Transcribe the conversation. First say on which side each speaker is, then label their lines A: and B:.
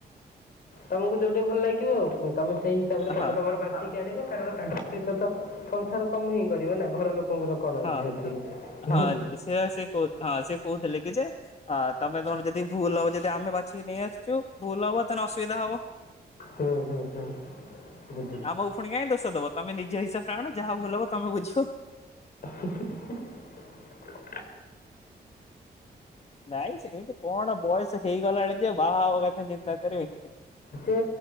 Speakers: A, on the left; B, on the left.
A: ତମକୁ ଯୋଉଠି ଭଲ ଲାଗିବ ଆଉ ତମେ ସେଇ ହିସାବରେ ତମେ
B: ହଁ
A: ତମର ପାଟି କାଢିବ। କାରଣ ତାଙ୍କ ସହିତ ତ ସଂସାର ତମେ ହିଁ କରିବ ନା ଘର ଲୋକଙ୍କର କଣ
B: ହଁ।
A: ଅଛି ସେଥିରେ ନୁହେଁ
B: ହଁ
A: କି
B: ସେ ସେ କହୁ ହଁ ସେ କହୁଥିଲେ କି ଯେଁ ତମେ ତମର ଯଦି ଭୁଲ ହବ ଯଦି ଆମେ ବାଛିିକି ନେଇ ଆସିଚୁ ଭୁଲ ହବ ତାହେଲେ ଅସୁବିଧା ହବ।
A: ହୁଁ ହୁଁ ହୁଁ ବୁଝିଲି
B: ଆମକୁ ପୁଣି କାଇଁ ଦୋଷ ଦବ ତମେ ନିଜେ ହିସାବରେ ଆଣ। ଯାହା ହଉ ଭଲ ହବ ତମେ ବୁଝିବ।
A: <inaudible>
B: ନାଇଁ ସେମିତି କଣ ବୟସ ହେଇଗଲାଣି ବାହା କଥା ଚିନ୍ତା କରିବି।
A: ସେ